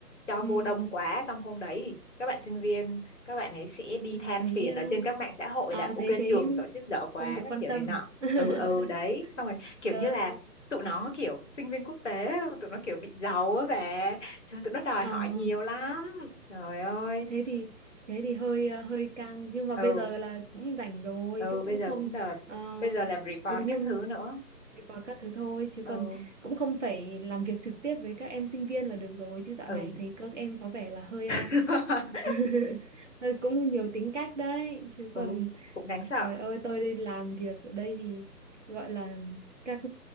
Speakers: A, on the left (about 45°); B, on the right (about 45°).
A: cho
B: Ừ,
A: vô đông quá xong hôm đấy thì các bạn sinh viên các bạn ấy sẽ đi
B: ừ,
A: than
B: thấy
A: phiền
B: ờ,
A: ở trên các mạng xã hội
B: à,
A: là ok
B: thấy thấy
A: trường tổ chức dở quá
B: không được
A: các
B: quan
A: kiểu
B: tâm.
A: này nọ
B: à? <laughs>
A: ừ ừ đấy xong rồi kiểu
B: Trời.
A: như là tụi nó kiểu sinh viên quốc tế tụi nó kiểu bị giàu á bà trời tụi nó đòi
B: Ờ,
A: hỏi nhiều lắm trời ơi
B: thế thì thế thì hơi ờ, hơi căng nhưng mà
A: ừ
B: bây giờ là cũng rảnh rồi
A: ừ
B: chứ cũng
A: bây giờ
B: không
A: cũng đợt
B: ờ,
A: bây giờ làm report
B: ừ,
A: các
B: nhưng
A: thứ nữa
B: report các thứ thôi chứ còn
A: ừ
B: cũng không phải làm việc trực tiếp với các em sinh viên là được rồi chứ dạo
A: ừ
B: này thấy các em có vẻ là hơi
A: <laughs>
B: ờ, <laughs> Ờ, cũng nhiều tính cách đấy chứ
A: ừ
B: còn
A: cũng đáng sợ
B: trời ơi tôi đi làm việc ở đây thì gọi là các